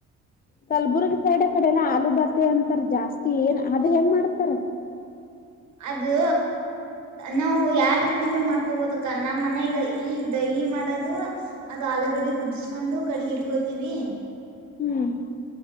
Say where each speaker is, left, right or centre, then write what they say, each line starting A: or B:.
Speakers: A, on the left (about 30°); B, on the right (about 70°).
A: ಕಲ್ಬುರ್ಗಿ. ಈ ಸೈಡ್ ಕಡೆ ಅಲ್ಲ ಆಲೂ ಭಾತಿ ಅಂತಾರ ಜಾಸ್ತಿ ಏನ್ ಅದ್ ಹೆಂಗ್ ಮಾಡ್ತಾರ.
B: ಅದು. ನಾವು ಯಾರ್ಡ್ ರೀತಿ ಭೀ ಮಾಡ್ಕೊಬೋದಕ್ಕ ನಮ್ಮ್ ಮನೆಗ ಈಗ ಡೈಲಿ ಮಾಡದು ಅದ. ಆಲುಗಡಿ ಕುದಿಸಕೊಂಡು ಕಡಿಗ ಇಟ್ಕೋತೀವಿ.
A: ಹ್ಮ್